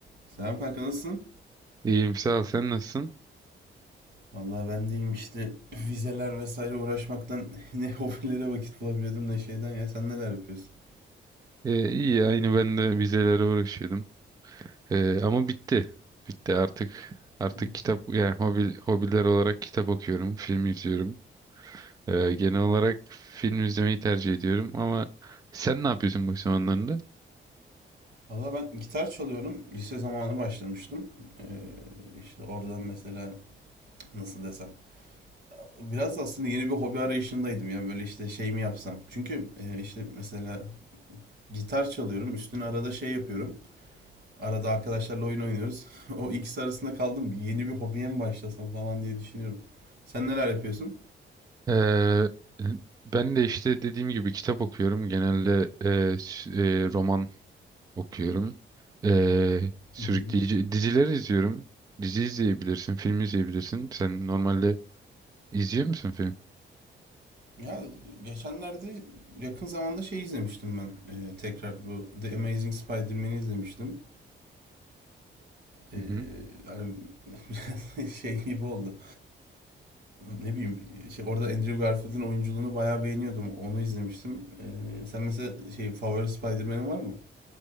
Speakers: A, on the right; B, on the right.
A: Selam kanka nasılsın?
B: İyiyim sağ ol sen nasılsın?
A: Vallahi ben deyim işte <laughs> vizeler vesaire uğraşmaktan <laughs> ne hobilere vakit bulabiliyordum ne şeyden ya sen neler yapıyorsun?
B: Ee, iyi aynı ben de vizelere uğraşıyordum. Ee, ama bitti. Bitti artık. Artık
A: <laughs>
B: kitap yani hobi, hobiler olarak kitap okuyorum, film izliyorum. Ee, genel olarak film izlemeyi tercih ediyorum ama sen ne yapıyorsun bu zamanlarında?
A: Valla ben gitar çalıyorum. Lise zamanı başlamıştım. Ee, işte oradan mesela nasıl desem. Biraz da aslında yeni bir hobi arayışındaydım ya böyle işte şey mi yapsam. Çünkü e, işte mesela gitar çalıyorum. Üstüne arada şey yapıyorum. Arada arkadaşlarla oyun oynuyoruz. <laughs> O ikisi arasında kaldım. Yeni bir hobiye mi başlasam falan diye düşünüyorum. Sen neler yapıyorsun?
B: Ee, ben de işte dediğim gibi kitap okuyorum. Genelde e, s- e, roman okuyorum. Ee, sürükleyici
A: <laughs>
B: diziler izliyorum. Dizi izleyebilirsin, film izleyebilirsin. Sen normalde izliyor musun film?
A: Ya geçenlerde yakın zamanda şey izlemiştim ben. Ee, tekrar bu The Amazing Spider-Man'i izlemiştim. Ee,
B: Hı hı.
A: hani <laughs> biraz şey gibi oldu. Ne bileyim şey, orada Andrew Garfield'ın oyunculuğunu bayağı beğeniyordum. Onu izlemiştim. Ee, sen mesela şey favori Spider-Man'in var mı?